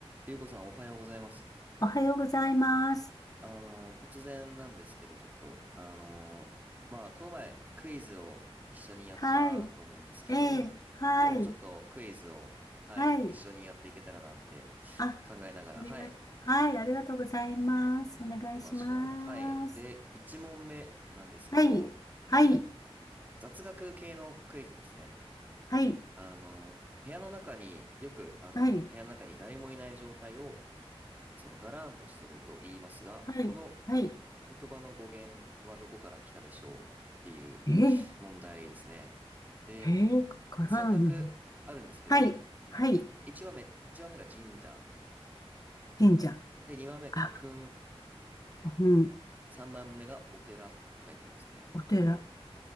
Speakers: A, on the right; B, on the left.
A: ゆうこさんおはようございます。
B: おはようございます。
A: あの、突然なんですけど、ちょっと、あの、まあ、この前クイズを一緒にやったと思うんですけど、
B: はい。ええ、はい。
A: 今日もちょっとクイズを、はい、
B: はい。
A: 一緒にやっていけたらなって
B: あ、
A: 考えながら、
B: ありがと、
A: はい、行
B: はい。ありがとうございます。お願いします。
A: きましょう。はい。で、1問目なんですけど、
B: はい。
A: うん、
B: はい。
A: 雑学系のクイズですね。
B: はい。
A: あの、部屋の中によく、あの、
B: はい。
A: 部屋の中に誰もいない状態を、そのガラーンとしてると言いますが、
B: はい。
A: この
B: はい。
A: 言葉の語源はどこから来たでしょうっていう
B: ええ、
A: 問題ですね。で、
B: ええ、かからん。
A: 3択あるんですけど、
B: はい。はい。
A: 1番目、一番目が神社。
B: 神社。
A: で、2番目古墳。
B: あ、うん。
A: 3番目がお寺って書いてますね。
B: お寺。